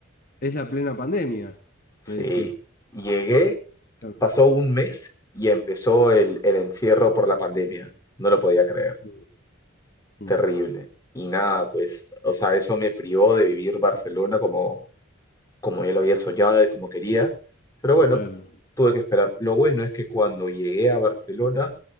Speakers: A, on the left; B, on the left.
A: es la plena pandemia,
B: Sí,
A: me decís.
B: llegué,
A: Claro,
B: pasó un mes y empezó el, el encierro por la pandemia. No lo podía creer.
A: mm, mm,
B: Terrible. Y nada, pues, o sea, eso me privó de vivir Barcelona como, como yo lo había soñado y como quería. Pero bueno,
A: claro,
B: tuve que esperar. Lo bueno es que cuando llegué a Barcelona,